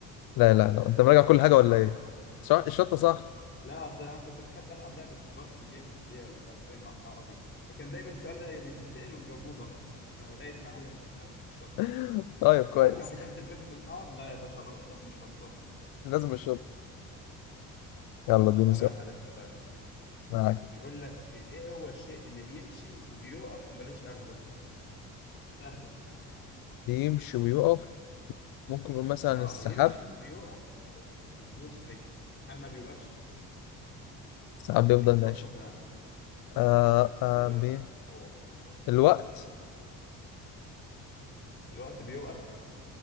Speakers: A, on the left; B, on the left.
A: لا لا لا انت مراجع
B: الشطه
A: كل حاجه ولا
B: صح
A: ايه صح الشطه صح
B: لا اصل انا كنت بحب العب لعبه سباركل جيمز دي ولا مش عارف ايه مع اصحابي فكان دايما السؤال ده اللي يتسال ونجاوبوه غلط فلغايه ما علم في دماغي الشطه
A: <laughs> طيب كويس
B: عارف لو كتبت الفلفل الحار لا يا باشا غلط لازم مش شطة
A: لازم الشط يلا
B: طب
A: اديني
B: انا
A: سؤال
B: هسألك سؤال
A: معاك
B: بيقول لك ايه هو الشيء اللي بيمشي وبيوقف وملوش ارجل سهلة دي
A: بيمشي ويقف ممكن نقول مثلا
B: اه
A: السحاب
B: يمشي ويوقف بس ملوش رجل السحاب ما بيوقفش
A: السحاب بيفضل
B: ليك فرصة
A: ماشي
B: تانية
A: آه آه
B: شكلها
A: بي...
B: هتفوق المرة دي
A: الوقت
B: الوقت بيوقف